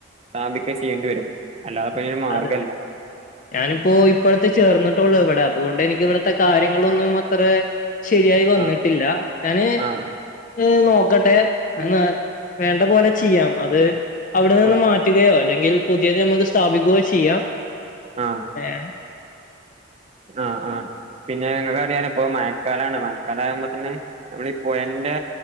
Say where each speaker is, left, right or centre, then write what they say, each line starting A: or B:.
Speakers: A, on the right (about 30°); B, on the left (about 40°).
A: സ്ഥാപിക്ക ക്കെ ചെയ്യേണ്ടി വരും അല്ലാതെ ഇപ്പം ഒരു മാർഗമില്ല.
B: അതെ <inaudible> ഞാനിപ്പോ ഇപ്പഴത്തെ ചേർന്നിട്ടുള്ളു ഇവിടെ അതുകൊണ്ട് എനിക്ക് ഇവിടത്തെ കാര്യങ്ങളൊന്നും അത്ര ശരിയായി വന്നിട്ടില്ല
A: ആഹ്
B: ഞാന്
A: ആഹ്
B: ഏഹ് നോക്കട്ടെ എന്ന വേണ്ട പോലെ ചെയ്യാം അത് അവിടെ നിന്ന്
A: ആഹ്
B: മാറ്റുകയോ അല്ലെങ്കിൽ പുതിയ നമ്മുക്ക് യോ ചെയ്യാം
A: ആഹ്
B: ഏഹ്
A: ആഹ് ആഹ് പിന്നെ നിങ്ങക്ക് അറിയാലോ ഇപ്പൊ മഴക്കാലാണ് മഴക്കാല ആവുമ്പോ തന്നെ നമ്മൾ ഈ പുഴന്റെ